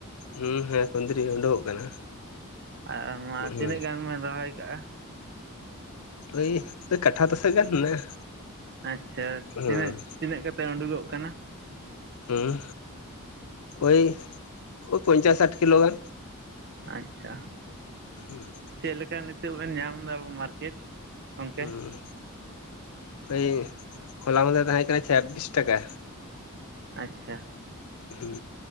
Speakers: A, on the left; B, on the right.
A: ᱦᱩᱸ ᱦᱮᱸ ᱠᱩᱸᱫᱽᱨᱤ ᱩᱰᱩᱠᱚᱜ ᱠᱟᱱᱟ᱾
B: ᱟᱨ ᱢᱟ
A: ᱦᱩᱸ
B: ᱛᱤᱱᱟᱹᱜ ᱜᱟᱱ ᱵᱮᱱ ᱨᱚᱦᱚᱭ ᱟᱠᱟᱜᱼᱟ?
A: ᱳᱭ ᱳᱭ ᱠᱟᱴᱷᱟ ᱫᱚᱥᱮᱠ ᱜᱟᱱ ᱦᱮᱱᱟᱜᱼᱟ᱾
B: ᱟᱪᱪᱷᱟ
A: ᱦᱩᱸ
B: ᱛᱤᱱᱟᱹᱜ ᱛᱤᱱᱟᱹᱜ ᱠᱟᱛᱮ ᱩᱰᱩᱠᱚᱜ ᱠᱟᱱᱟ?
A: ᱦᱩᱸ ᱳᱭ ᱳᱭ ᱯᱚᱧᱪᱟᱥ ᱥᱟᱴ ᱠᱤᱞᱳ ᱜᱟᱱ᱾
B: ᱟᱪᱪᱷᱟ᱾
A: ᱦᱩᱸ᱾
B: ᱪᱮᱫ ᱞᱮᱠᱟ ᱱᱤᱛᱚᱜ ᱵᱮᱱ ᱧᱟᱢ ᱮᱫᱟ ᱢᱟᱨᱠᱮᱴ? ᱜᱚᱝᱠᱮ
A: ᱦᱩᱸ ᱳᱭ ᱦᱚᱞᱟ ᱢᱟᱫᱷᱮᱨ ᱛᱟᱦᱮᱸ ᱠᱟᱱᱟ ᱪᱷᱟᱵᱵᱤᱥ ᱴᱟᱠᱟ᱾
B: ᱟᱪᱪᱷᱟ᱾
A: ᱦᱩᱸ